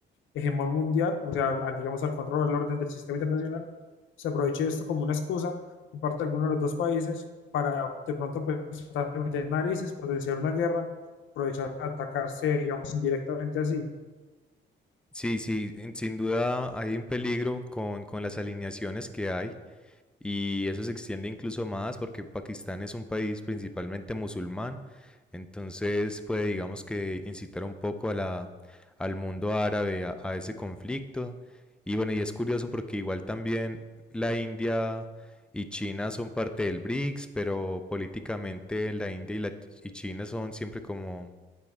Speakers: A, on the left (about 75°); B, in the centre.
A: hegemón mundial, o sea, al, al, digamos al control, al orden del sistema internacional, se aproveche esto como una excusa por parte de alguno de los dos países para de pronto pues, tratar de meter narices, potenciar una guerra aprovechar para atacarse, digamos, indirectamente así.
B: Sí, sí, en- sin duda hay un peligro con, con las alineaciones que hay. Y eso se extiende incluso más porque Pakistán es un país principalmente musulmán, entonces puede, digamos que, incitar un poco a la, al mundo árabe a, a ese conflicto. Y bueno, y es curioso porque igual también la India y China son parte del BRICS, pero políticamente la India y, la, y China son siempre como,